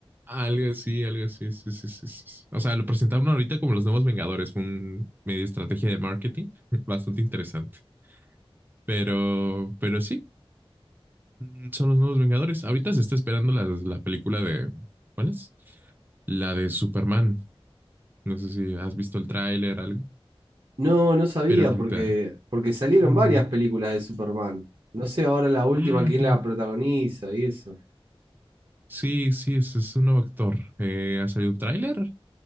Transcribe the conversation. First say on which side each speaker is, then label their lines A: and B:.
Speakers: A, on the right; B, on the right.
A: Algo así, algo así, sí, sí, sí, sí, sí. O sea, lo presentaron ahorita como los nuevos Vengadores. Fue una media estrategia de marketing <laughs> bastante interesante. Pero, pero sí, mm, son los nuevos Vengadores. Ahorita se está esperando la, la película de, ¿cuál es? La de Superman. No sé si has visto el tráiler, algo,
B: No, no sabía
A: pero ahorita.
B: porque, porque salieron
A: Uh,
B: varias películas de Superman. No sé ahora la última
A: ah,
B: quién
A: claro.
B: la protagoniza y eso.
A: Sí, sí, es, es un nuevo actor. Eh, ha salido un tráiler